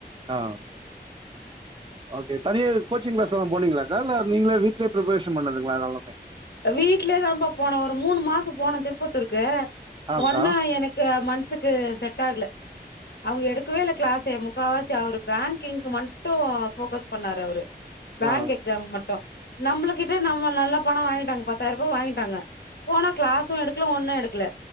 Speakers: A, on the right (about 30°); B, on the left (about 70°).
A: ஆ ஓகே தனி கோச்சிங்கிளாஸ் எல்லாம் போனீங்கல்லாக்கா இல்ல நீங்களா வீட்லயே பிரிப்ரேஷன் பண்ணதுங்களா இதெல்லாமே
B: வீட்லே தான்ப்பா போன ஒரு மூணு மாசம் போன திருப்பத்தூருக்கு
A: ஆக்கா
B: ஒன்னா எனக் கு மன்சுக்கு செட் ஆகல அவுங்க எடுக்கவே இல்ல கிளாஸே முக்காவாசி அவர் பேங்கிங்க்கு மட்டும் போக்கஸ் பண்ணாரு அவரு பேங்க்
A: ஆ
B: எக்ஸாம் மட்டும் நம்முளுகிட்ட நம்ம நல்லா பணம் வாங்கிட்டாங்க பத்தாயிரம் ரூபா வாங்கிட்டாங்க போனா கிளாசும் எடுக்கல ஒண்ணும் எடுக்கல